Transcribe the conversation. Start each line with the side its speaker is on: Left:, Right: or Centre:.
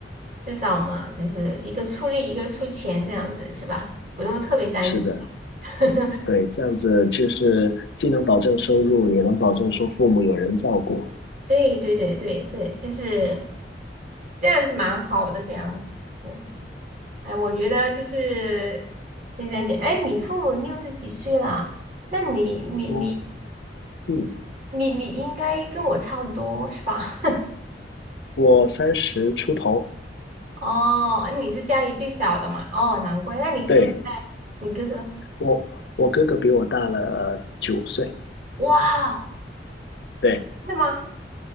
Right: 至少嘛，就是一个出力，一个出钱这样子是吧？不用特别担心。
Left: 是的，
Right: <laughs>
Left: 对，这样子就是既能保证收入，也能保证说父母有人照顾。
Right: 对对对对对，就是这样子蛮好的这样子。嗯哎，我觉得就是现在你，哎，你父母六十几岁了，那你你你
Left: 我嗯，
Right: 你你应该跟我差不多是吧？
Left: 我三十出头，
Right: <laughs> 哦，你是家里最小的嘛？哦，难怪。那你哥哥，
Left: 对，
Right: 你哥哥，
Left: 我我哥哥比我大了九岁，
Right: 哇，
Left: 对，
Right: 真的吗？